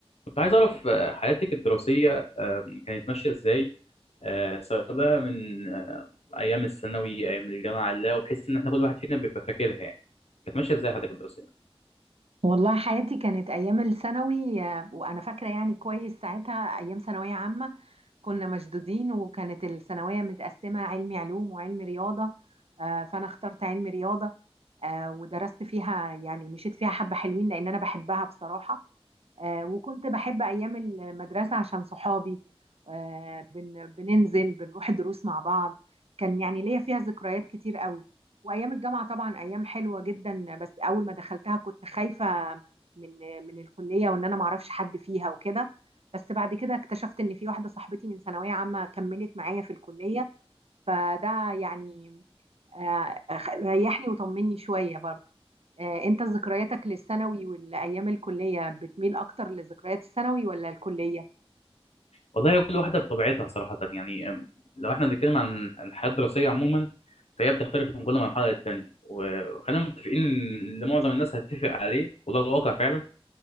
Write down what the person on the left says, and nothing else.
كنت عايز أعرف آه، حياتك الدراسية آه، كانت ماشية إزاي آه، سواء بقى من آه، أيام الثانوي أيام الجامعة لا وبحيث إن إحنا كل واحد فينا بيبقى فاكرها يعني كانت ماشية إزاي حياتك الدراسية؟
والله كل واحدة بطبيعتها صراحة يعني آم، لو إحنا بنتكلم عن الحياة الدراسية عموما فهي بتختلف من كل مرحلة للتانية وخلينا متفقين إن اللي معظم الناس هتتفق عليه وده الواقع فعلا